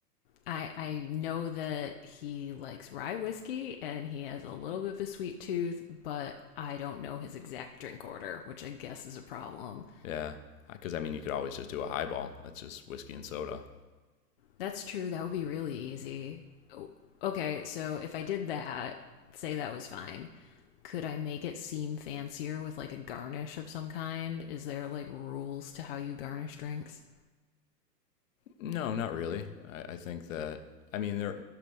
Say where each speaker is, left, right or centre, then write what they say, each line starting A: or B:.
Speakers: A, on the left; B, on the left.
A: I I know that he likes rye whiskey and he has a little bit of a sweet tooth, but I don't know his exact drink order, which I guess is a problem.
B: Yeah, because I mean, you could always just do a highball. That's just whiskey and soda.
A: That's true. That would be really easy. Okay, so if I did that, say that was fine. Could I make it seem fancier with like a garnish of some kind? Is there like rules to how you garnish drinks?
B: No, not really. I, I think that I mean there